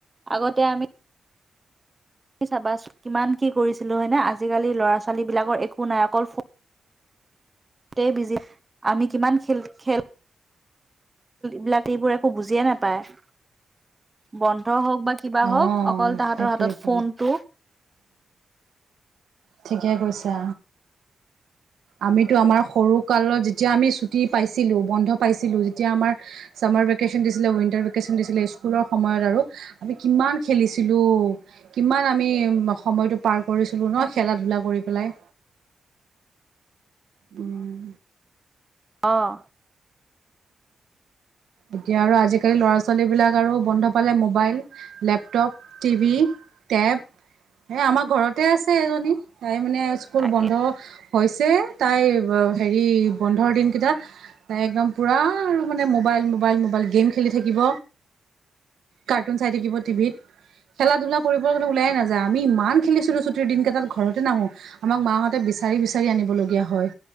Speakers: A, on the right; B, on the right.
A: আগতে আমি তুমি চাবাচোন কিমান কি কৰিছিলোঁ হয়নে? আজিকালি ল'ৰা ছোৱালীবিলাকৰ একো নাই অকল ফো <unintelligible> তেই বিজী আমি কিমান খেল খেল বিলাক এইবোৰ একো বুজিয়ে নাপায়, বন্ধ হওক বা কিবা
B: অ
A: হওক অকল তাহতৰ
B: সেইটোয়েতো
A: হাতত ফোনটো
B: ঠিকে কৈছা। আমিতো আমাৰ সৰু কালত যেতিয়া আমি ছুটি পাইছিলো বন্ধ পাইছিলো যেতিয়া আমাৰ চামাৰ ভেকেচন দিছিলে উইন্টাৰ ভেকেচন দিছিলে স্কুলৰ সময়ত আৰু আমি কিমান খেলিছিলো। কিমান আমি সময়টো পাৰ কৰিছিলো ন
A: তাকে
B: খেলা ধূলা কৰি পেলাই। উম।
A: অঁ।
B: এতিয়া আৰু আজিকালি ল'ৰা ছোৱালী বিলাক আৰু বন্ধ পালে মোবাইল, লেপটপ, টিভি টৈপ এ আমাৰ ঘৰতে আছে এজনী তাই মানে স্কুল
A: তাকে
B: বন্ধ হৈছে তাইৰ হেৰি বন্ধৰ দিনকেইটা তাই একদম পুৰা আৰু মানে মোবাইল মোবাইল মোবাইল গেম খেলি থাকিব কাৰ্টুন চাই থাকিব টিভিত খেলা ধূলা কৰিবৰ কাৰণে ওলাই নাযায় আমি ইমান খেলিছিলো চুটিৰ দিন কেইটাত ঘৰতে নাহো আমাক মাহঁতে বিচাৰি বিচাৰি আনিবলগীয়া হয়